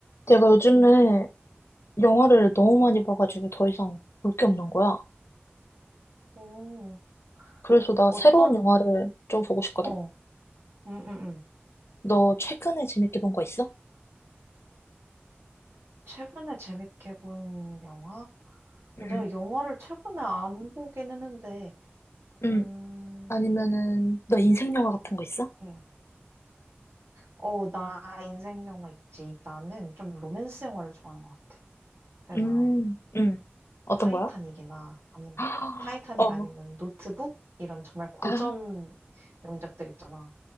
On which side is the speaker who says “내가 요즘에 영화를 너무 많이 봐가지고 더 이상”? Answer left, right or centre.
Left